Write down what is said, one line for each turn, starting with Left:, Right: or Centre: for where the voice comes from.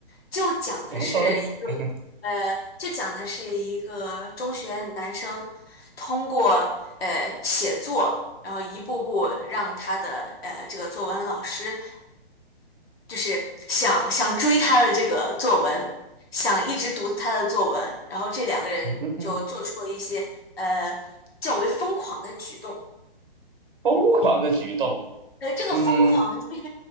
Left: 就讲的是一个
Right: 怎么说呢？嗯哼
Left: 呃，就讲的是一个中学男生通过呃写作，然后一步步让他的呃这个作文老师就是想想追他的这个作文，想一直读他的作文，然后这两个人就做出了一些呃较为疯狂的举动。
Right: 哼哼嗯哼，疯狂的举动，
Left: 呃，这个疯狂其实，
Right: 嗯嗯